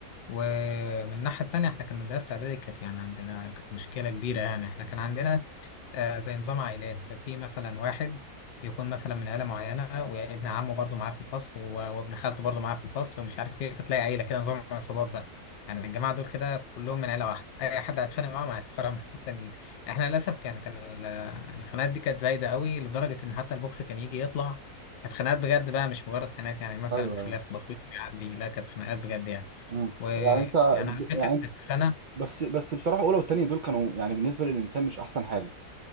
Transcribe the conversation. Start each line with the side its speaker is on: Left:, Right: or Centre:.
Left: ومن الناحيه التانيه احنا كان مدرسه اعدادي كانت يعني عندنا كانت مشكله كبيره يعني احنا كان عندنا آه، زي نظام عائلات ففي مثلا واحد يكون مثلا من عيلة معينة وابن عمه برضه معاه في الفصل و- وابن خالته برضه معاه في الفصل ومش عارف ايه فتلاقي عيلة كده نظام عصابات بقى يعني الجماعة دول كده كلهم من عيلة واحدة أي حد هيتخانق معاهم هيتفرق من التانيين احنا للأسف كان كان ال- الخناقات دي كانت زايدة قوي لدرجة إن حتى البوكس كان يجي يطلع كانت خناقات بجد بقى مش مجرد خناقات يعني مثلا
Right: ايوه
Left: خلاف بسيط يعدي لا كانت خناقات بجد يعني
Right: مم.
Left: ويعني
Right: يعني انت بت-
Left: أنا فاكر
Right: يعني
Left: إن في سنة
Right: بس بس بصراحه اولى والتانيه دول كانوا يعني بالنسبه للانسان مش احسن حاجه